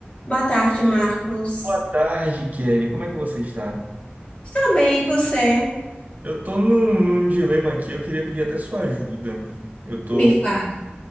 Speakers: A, on the left; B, on the right.
A: Boa tarde, Marcos.
B: Boa tarde, Kelly. Como é que você está?
A: Estou bem, e você?
B: Eu tô num, num dilema aqui, eu queria pedir até sua ajuda. Eu tô.
A: Me fala.